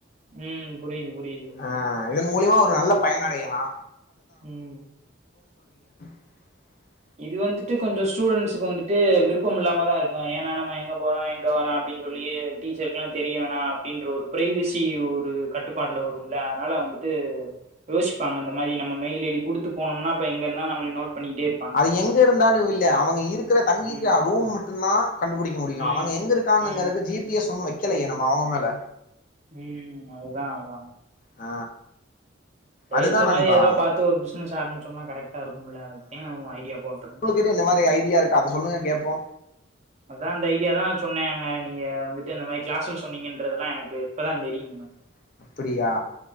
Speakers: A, on the right (about 35°); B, on the left (about 40°).
A: ம். புரியுது, புரியுது.
B: அ இதன் மூலியமா ஒரு நல்ல பயன் அடையலா
A: ம்
B: <inaudible>
A: இது வந்துட்டு கொஞ்சோ ஸ்டூடெண்ட்ஸ்க்கு வந்துட்டு விருப்போம் இல்லாமதா இருக்கு ஏன்னா நம்ம எங்க போறோ எங்க வர்றோ அப் அப்டினு சொல்லியே டீச்சருக்ல்லா தெரிய வேணா அப்டின்ற ஒரு பிரைவசி ஒரு கட்டுப்பாட்ல வருல அதனால வந்து இது யோசிப்பாங்க இந்த மாரி நம்ம மெயில் ஐடி குடுத்து போனம்ன அப்பறோஎங்க இருந்த நம்ம நோட் பண்ணிட்டே இரு
B: அது எங்க இருந்தாலு இல்ல அவுங்க இருக்குற தங்கிருக்கிற
A: ம்.
B: ரூம் மட்டுதா கண்டுபுடிக்க முடியு
A: ம்
B: அவங்க எங்க இருக்கான்னுங்ரதுக்கு
A: ம்
B: ஜி பி எஸ் ஒன்னு வைக்கலையே நம்ம அவுங்க மேல
A: ம் அதுதா அதா
B: ஆ
A: சேரி
B: அதுதா
A: இந்த
B: நண்பா
A: மாரி ஏதாது பாத்து ஒரு பிசினஸ் ஆரம்பிச்சம்ன்னோ கரெக்டா இருக்குமுல்ல அதுக்குதா ஓ ஐடியா போட்டது
B: இன்னு இந்த மாதிரி ஐடியா இருக்க அத சொல்லுங்க கேப்போ
A: அதா இந்த ஐடியா தா சொன்னாங்க நீங்க வந்துட்டு இந்த மாதிரி கிளாஸ்ல சொன்னீங்கன்றதல்லா எனக்கு இப்பதா தெரியு
B: <inaudible> அப்டியா